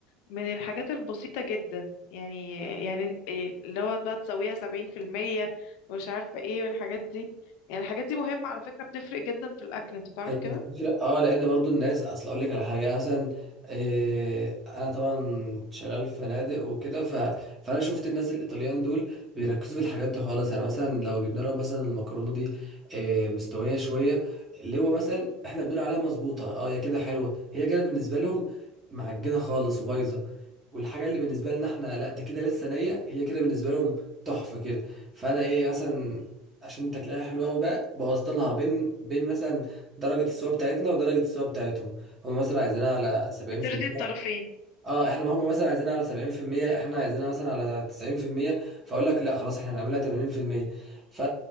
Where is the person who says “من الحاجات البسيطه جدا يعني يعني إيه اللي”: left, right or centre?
Left